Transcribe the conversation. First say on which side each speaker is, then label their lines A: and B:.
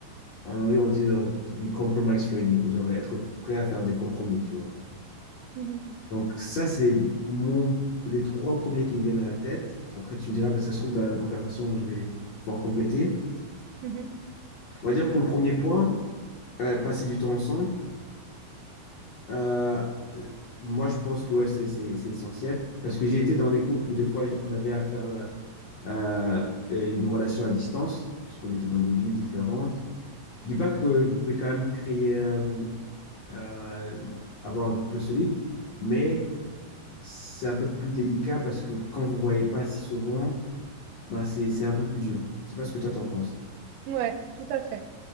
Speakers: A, on the left (about 55°); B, on the right (about 80°).
A: en anglais, on dit genre, to be compromise ready, que genre être prêt à faire des compromis, tu vois.
B: Mhm,
A: Donc ça, c'est mon, les trois premiers qui me viennent à la tête. Après, tu me diras, parce que ça se trouve, dans la conversation, je vais pouvoir compléter.
B: mhm,
A: On va dire pour le premier point, euh, passer du temps ensemble. euh, euh, moi, je pense que ouais, c'est c'est- c'est essentiel parce que j'ai été dans des couples où des fois j- on avait à faire euh, euh, une relation à distance parce qu'on était dans des villes différentes. Je dis pas que vous pouvez quand même créer, euh, euh, avoir un couple solide, mais c'est un peu plus délicat parce que quand vous voyez pas si souvent, bah c'est c'est un peu plus dur. Je sais pas ce que toi t'en penses.
B: mhm. Ouais, tout à fait.